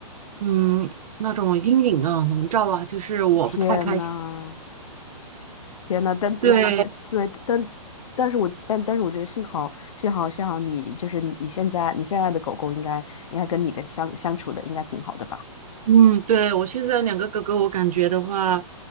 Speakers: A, on the right; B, on the left.
A: 嗯，那种阴影啊、笼罩啊，就是我不太开心。
B: 天呐。天呐，但但但但对，
A: 对，
B: 但但是我但但是我觉得幸好幸好幸好你就是你现在你现在的狗狗应该应该跟你的相相处的应该挺好的吧？
A: 嗯，对，我现在两个哥哥，我感觉的话，